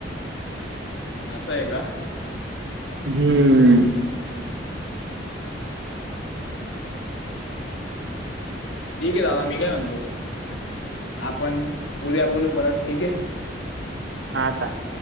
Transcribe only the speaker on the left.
असं आहे का?
ठीक आहे दादा मी काय म्हणतो! आपण उद्या बोलोलू परत ठीक आहे.